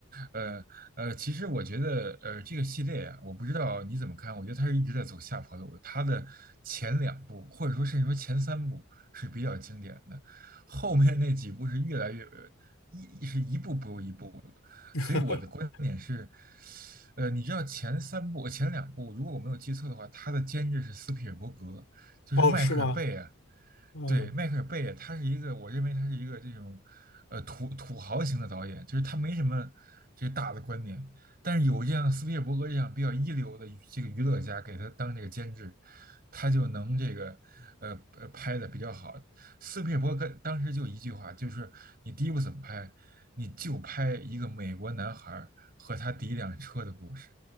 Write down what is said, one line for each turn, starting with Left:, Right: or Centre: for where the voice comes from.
Right: 的。呃呃，其实我觉得，呃，这个系列啊，我不知道你怎么看，我觉得它是一直在走下坡路的。它的前两部，或者说甚至说前三部是比较经典的，后面那几部是越来越一是一步不如一步了。
Left: <laughs>
Right: 所以我的观点是，呃，你知道前三部、前两部，如果我没有记错的话，它的监制是斯皮尔伯格，就是迈克尔贝啊。
Left: 哦，是吗？嗯
Right: 对，迈克尔贝，他是一个，我认为他是一个这种，呃，土土豪型的导演，就是他没什么这个大的观点，但是有这样斯皮尔伯格这样比较一流的这个娱乐家给他当这个监制，他就能这个，呃呃，拍的比较好。斯皮尔伯格当时就一句话，就是你第一部怎么拍，你就拍一个美国男孩儿和他第一辆车的故事。